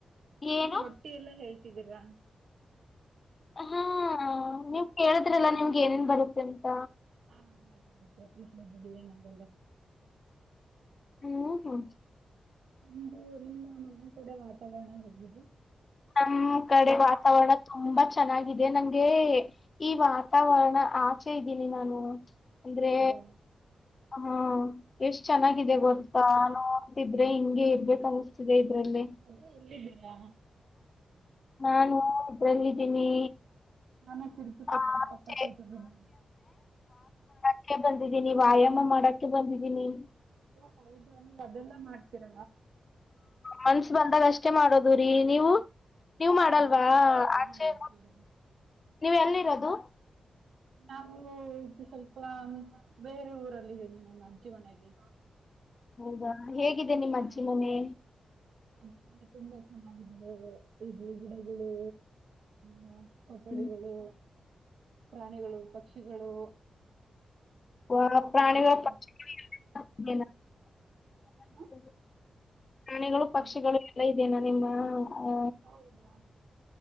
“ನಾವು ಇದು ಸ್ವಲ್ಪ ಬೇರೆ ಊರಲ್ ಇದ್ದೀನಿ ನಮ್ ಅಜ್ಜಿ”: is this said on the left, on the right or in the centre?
Right